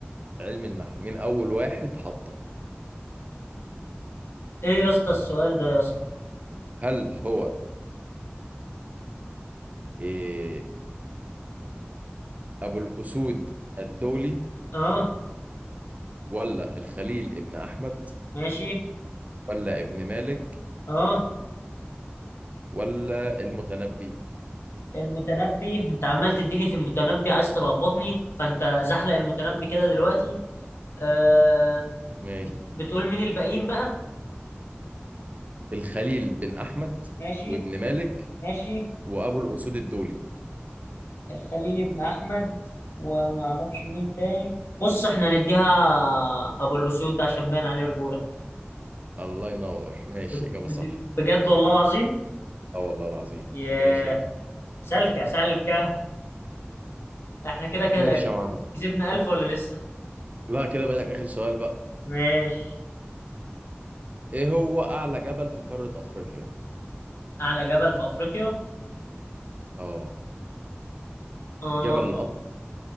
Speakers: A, on the right (about 35°); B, on the left (about 70°).
A: علم النحو مين أول واحد حطه
B: ايه يا اسطى السؤال ده يا اسطى
A: هل هو إيه أبو الأسود الدولي
B: اه
A: ولا الخليل ابن أحمد
B: ماشي
A: ولا ابن مالك
B: اه
A: ولا المتنبي
B: المتنبي انت عمال تديني في المتنبي عايز تلخبطني فانت زحلق المتنبي كده دلوقتي آه
A: ماشي
B: بت- بتقول مين الباقيين بقى
A: الخليل بن أحمد
B: ماشي
A: وابن مالك
B: ماشي
A: وأبو الأسود الدولي
B: الخليل بن احمد وما اعرفش مين تاني بص احنا نديها ابو الاسود ده عشان باين عليه رجوله
A: الله ينور ماشي
B: ب-
A: إجابة
B: بد-
A: صح
B: بجد والله العظيم
A: اه والله العظيم
B: ياه
A: ماشي يا عم
B: سلكه سلكه احنا كده ك-
A: ماشي يا معلم
B: كسبنا الف ولا لسه
A: لا كده بقى آخر سؤال بقى
B: ماشي
A: إيه هو أعلى جبل في قارة أفريقيا؟
B: اعلى جبل في افريقيا
A: اه
B: اه
A: جبل القطر